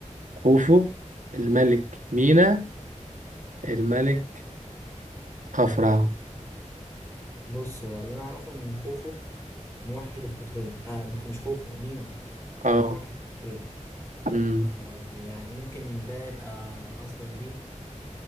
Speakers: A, on the right; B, on the left.
A: خوفو الملك مينا الملك خفرع
B: بص هو اللي أنا أعرفه إن خوفو موحد القطرين آه مخ- مش خوفو مينا
A: اه
B: آه موحد القطرين
A: امم
B: آه يعني ممكن ده يبقى قصدك بيه